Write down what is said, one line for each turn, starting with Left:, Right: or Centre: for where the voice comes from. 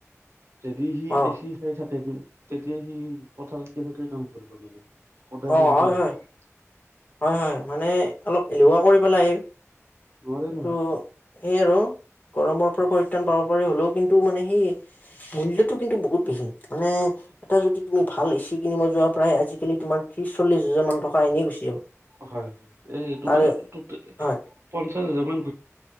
Right: যদি সি
Left: অ
Right: এছি খাই থাক <unintelligible> তেতিয়া সি পথাৰত কেনেকে কাম কৰিব মানে। <unintelligible>
Left: অ
Right: ইনকেই
Left: হয়
Right: থাকে
Left: হয়
Right: সি।
Left: হয়, হয়, মানে অলপ এলেহুৱা কৰি পেলাই আহি।
Right: নোৱাৰে
Left: কিন্তু
Right: নহয়।
Left: সেই আৰু গৰমৰ পৰা পৰিত্ৰাণ পাব পাৰ হলেও কিন্তু মানে সেই মূল্যটো কিন্তু বহুত বেছি মানে এটা যদি তুমি ভাল এ চি কিনিব যোৱা প্ৰায় আজিকালি তোমাৰ ত্ৰিশ চল্লিশ হাজাৰ মান টকা এনেই গুচি যাব।
Right: হয়, হয়, এই তোমাৰ
Left: তাৰে
Right: <unintelligible>
Left: হয়
Right: চাচ হাজাৰমান